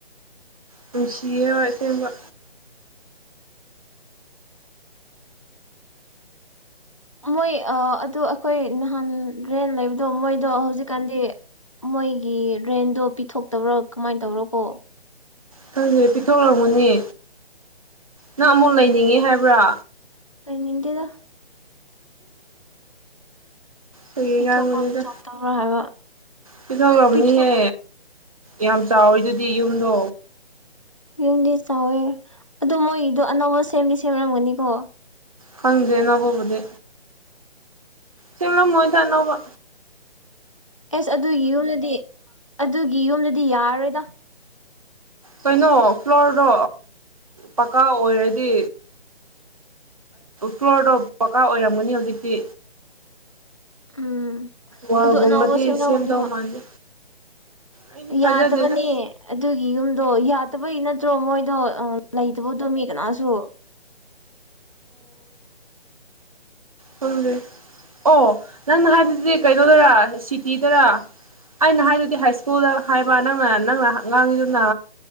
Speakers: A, on the right; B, on the left.
A: ꯅꯨꯡꯁꯤꯔꯣ ꯏꯦꯡꯕ
B: ꯃꯣꯏ ꯑꯗꯨ ꯑꯩꯈꯣꯏ ꯅꯍꯥꯟ ꯔꯦꯟ ꯂꯩꯕꯗꯣ ꯃꯣꯏꯗꯣ ꯍꯧꯖꯤꯛꯀꯥꯟꯗꯤ ꯃꯣꯏꯒꯤ ꯔꯦꯟꯗꯣ ꯄꯤꯊꯣꯛꯇꯕ꯭ꯔꯣ ꯀꯃꯥꯏꯅ ꯇꯧꯕꯔꯣ ꯀꯣ
A: ꯈꯪꯁꯦ ꯄꯤꯊꯣꯛꯂꯝꯛꯃꯨꯅꯦ ꯅꯪ ꯑꯃꯨꯛ ꯂꯩꯅꯤꯡꯉꯦ ꯍꯥꯏꯕ꯭ꯔꯥ
B: ꯅꯤꯡꯗꯦꯗ
A: ꯊꯒ
B: ꯄꯤꯊꯣꯛꯄ꯭ꯔꯥ
A: ꯃꯗꯤꯗ
B: ꯄꯤꯊꯣꯛꯇꯕ꯭ꯔꯥ ꯍꯥꯏꯕ
A: ꯄꯤꯊꯣꯛꯂꯕꯅꯤꯍꯦ
B: ꯄꯤꯊꯣꯛ
A: ꯌꯥꯝ ꯆꯥꯎꯋꯤ ꯑꯗꯨꯗꯤ ꯌꯨꯝꯗꯣ
B: ꯌꯨꯝꯗꯤ ꯆꯥꯎꯋꯦ ꯑꯗꯣ ꯃꯣꯏꯒꯤꯗꯣ ꯑꯅꯧꯕ ꯁꯦꯝꯗꯤ ꯁꯦꯝꯔꯝꯒꯅꯤꯀꯣ
A: ꯈꯪꯗꯦꯅꯕꯨꯕꯨꯗꯤ ꯆꯥ ꯃꯣꯏꯗꯥꯛꯅꯣꯧꯕ
B: ꯑꯦꯁ ꯑꯗꯨꯒꯤ ꯌꯨꯝꯗꯗꯤ ꯑꯗꯨꯒꯤ ꯌꯨꯝꯗꯗꯤ ꯌꯥꯔꯔꯣꯏꯗ
A: ꯀꯩꯅꯣ ꯐ꯭ꯂꯣꯔꯗꯣ ꯄꯀꯥ ꯑꯣꯏꯔꯗꯤ ꯐ꯭ꯂꯣꯔꯗꯣ ꯄꯀꯥꯔ ꯑꯣꯏꯔꯝꯒꯅꯤ ꯍꯧꯖꯤꯛꯇꯤ
B: ꯎꯝ
A: ꯋꯥꯜꯒꯨꯝꯕꯗꯤ
B: ꯑꯗꯨ ꯑꯅꯧꯕ ꯁꯦꯝꯅꯎꯅꯦꯕ
A: ꯁꯦꯝꯗꯧ ꯃꯥꯟꯗꯦ ꯑꯩꯗꯤ
B: ꯌꯥꯗꯕꯅꯦ
A: ꯊꯥꯖꯗꯦꯗ
B: ꯑꯗꯨꯒꯤ ꯌꯨꯝꯗꯣ ꯐꯠꯇꯕꯩ ꯅꯠꯇ꯭ꯔꯣ ꯃꯣꯏꯗꯣ ꯂꯩꯇꯕ ꯇꯣꯃꯤ ꯀꯅꯥꯁꯨ
A: ꯈꯪꯦ ꯑꯣ ꯅꯪꯅ ꯍꯥꯏꯕꯗꯨꯗꯤ ꯀꯩꯅꯣꯗꯔ ꯁꯤꯇꯤꯗꯔ ꯑꯩꯅ ꯍꯥꯏꯗꯨꯗꯤ ꯍꯥꯏ ꯁ꯭ꯀꯨꯜꯗ ꯍꯥꯏꯕ ꯅꯪꯅ ꯅꯪꯅꯉꯥꯡꯉꯤꯗꯨꯅ